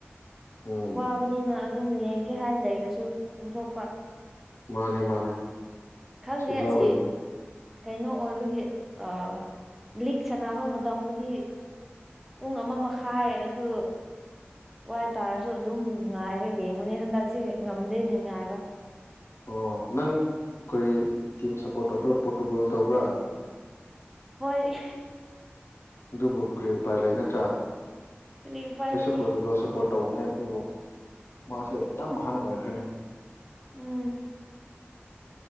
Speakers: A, on the left; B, in the centre.
A: ꯎꯝ
B: ꯋꯥꯕꯅꯤꯅ ꯑꯗꯨꯝ ꯌꯦꯡꯒꯦ ꯍꯥꯟꯅ ꯂꯩꯔꯁꯨ ꯇꯨꯝꯊꯣꯛꯄ
A: ꯃꯥꯅꯦ ꯃꯥꯅꯦ
B: ꯈꯪꯗꯦ
A: ꯁꯨꯖꯥ
B: ꯑꯁꯤ
A: ꯑꯣꯏꯕ
B: ꯀꯩꯅꯣ ꯑꯣꯏꯕꯒꯤ ꯑ ꯂꯤꯛ ꯁꯥꯟꯅꯕ ꯃꯇꯝꯗꯗꯤ ꯄꯨꯡ ꯑꯃ ꯃꯈꯥꯏ ꯑꯗꯨ ꯋꯥꯏ ꯇꯥꯔꯁꯨ ꯑꯗꯨꯝ ꯉꯥꯏꯔ ꯌꯦꯡꯕꯅꯦ ꯍꯟꯗꯛꯁꯦ ꯉꯝꯗꯦꯅꯦ ꯉꯥꯏꯕ
A: ꯑꯣ ꯅꯪ ꯑꯩꯈꯣꯏ ꯇꯤꯝ ꯁꯞꯄꯣꯔꯠ ꯇꯧꯕ꯭ꯔꯥ ꯄ꯭ꯔꯣꯇꯨꯒꯣꯜ ꯇꯧꯕ꯭ꯔꯥ
B: ꯍꯣꯏ
A: ꯑꯗꯨꯕꯨ ꯀꯔꯤ ꯎꯄꯥꯏ ꯂꯩ ꯅꯠꯇ꯭ꯔꯥ
B: ꯀꯔꯤ ꯎꯄꯥꯏ
A: ꯑꯩꯁꯨ
B: ꯂꯩ
A: ꯄꯣꯔꯇꯨꯒꯜ ꯄꯣꯔꯠ ꯇꯧꯕꯅꯦ ꯑꯗꯨꯕꯨ ꯃꯥꯁꯦ ꯌꯥꯝ ꯑꯍꯟ ꯑꯣꯏꯈ꯭ꯔ‌ꯦꯅ‌ꯦ
B: ꯎꯝ